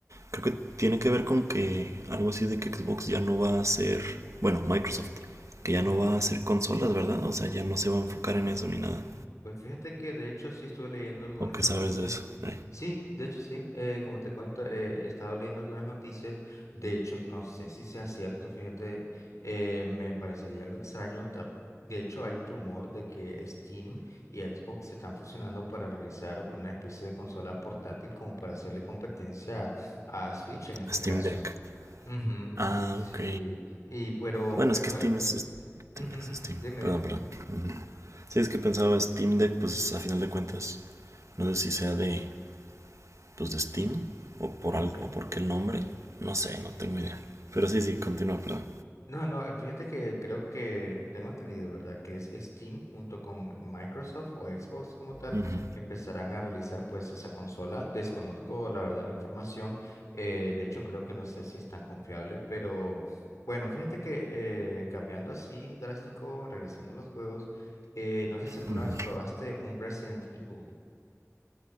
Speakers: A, on the right; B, on the left.
A: Creo que tiene que ver con que algo así de que Xbox ya no va a ser, bueno, Microsoft, que ya
B: ujú.
A: no va a hacer consolas, ¿verdad? O sea, ya no se va a enfocar en eso ni nada.
B: Pues fíjate que de hecho sí estuve leyendo algunas
A: ¿O qué
B: noticias.
A: sabes de eso? Eh,
B: Sí, de hecho sí. eh, como te cuento, eh, he estado leyendo algunas noticias. De hecho, no sé si sea cierto, fíjate, eh, me parecería algo extraño. ta- De hecho, hay un rumor de que Steam y Xbox se están fusionando para realizar una especie de consola portátil como para hacerle competencia a Switch en este
A: Steam
B: caso.
A: Deck.
B: Ujú,
A: Ah,
B: Sí,
A: ok.
B: y pero
A: Bueno,
B: eh,
A: es
B: no,
A: que Steam
B: es-
A: es, es-
B: ujú,
A: Steam,
B: ujú,
A: es Steam.
B: Dime,
A: Perdón,
B: dime.
A: perdón. Ujú. Sí, es que pensaba Steam Deck, pues a final de cuentas, no sé si sea de, pues, de Steam o por
B: Okay.
A: algo, o por qué el nombre, no sé, no tengo idea. Pero sí, sí, continúa, perdón.
B: No, no, eh, fíjate que creo que tengo entendido, ¿verdad? Que es Steam junto con Microsoft o Xbox como tal,
A: Ujú,
B: empezarán a realizar pues esa consola. Desconozco la verdad la información, eh, de hecho creo que no sé si es tan confiable, pero bueno, fíjate que eh, cambiando así drástico, regresando a los juegos, eh, no sé si alguna
A: ujú.
B: vez probaste un Resident Evil.